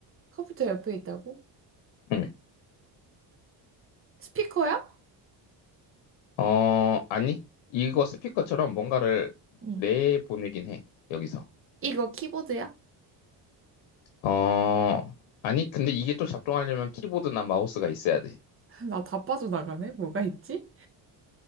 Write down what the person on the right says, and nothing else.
컴퓨터 옆에 있다고?
스피커야?
응.
이거 키보드야?
<laughs> 나 다 빠져나가네. 뭐가 있지?